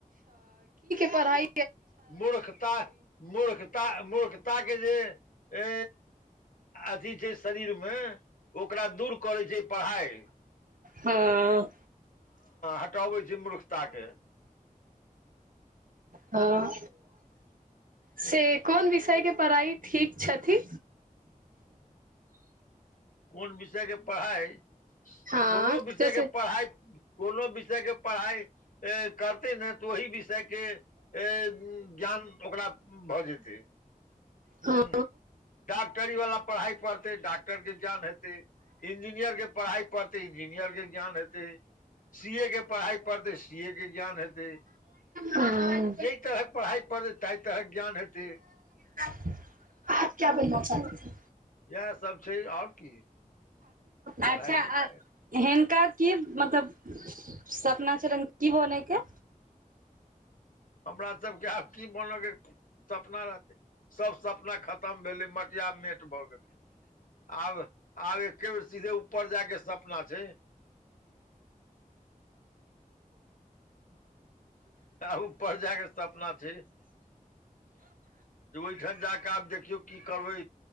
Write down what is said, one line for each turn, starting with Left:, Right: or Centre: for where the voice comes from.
Right: पढ़ाई
Left: मूर्खता मूर्खता मूर्खता के जे ऐ अथी छै शरीर में ओकरा दूर करै छैय पढ़ाई
Right: हँअ्
Left: हटबै छै मूर्खताके
Right: हँअ् से कोन विषय के पढ़ाई ठीक छथि
Left: कोन विषय के पढ़ाई
Right: हँ
Left: कोनो विषय
Right: जैसे
Left: के पढ़ाई कोनो विषय के पढ़ाई ए करतै ने तऽ ओहि विषय के ए ज्ञान ओकरा भऽ जेतै
Right: हँ
Left: ह डॉक्टरी वाला पढ़ाई पढ़ डॉक्टर के जान हेतै इंजीनियर के पढ़ाई पढ़तै इंजीनियर के ज्ञान हेतै हतैे सी ए के पढ़ाई पढ़तै सी ए के ज्ञान हेतै
Right: हँ
Left: जेहि तरहक पढ़ाई पढ़तै ताहि तरहक ज्ञान हेतै
Right: आप क्या बनना चाहते थे
Left: इएह सब छय आओर की पढ़ाइ
Right: अच्छा
Left: लिखाइ
Right: हीन हिनका की मतलब सपना छलैन की बनयके
Left: हमरा सबके आब की बनयके सपना रहतय सब सपना खतम भेलै मटिया मेट भऽ गेलै आब आब एके बेर सीधे ऊपर जायके सपना छय आ ऊपर जााक सब अपना छै जे ओहिठाम जा कऽ आब देखियौ की करबै